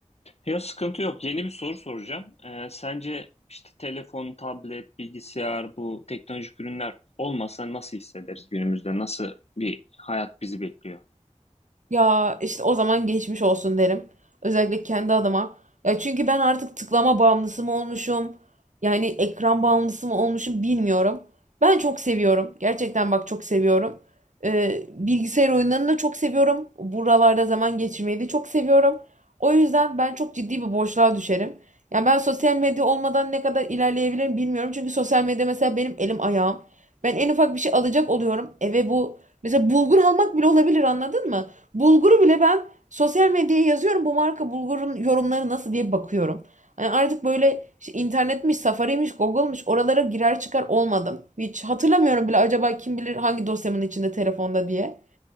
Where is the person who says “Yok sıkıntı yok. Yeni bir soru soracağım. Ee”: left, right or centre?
Left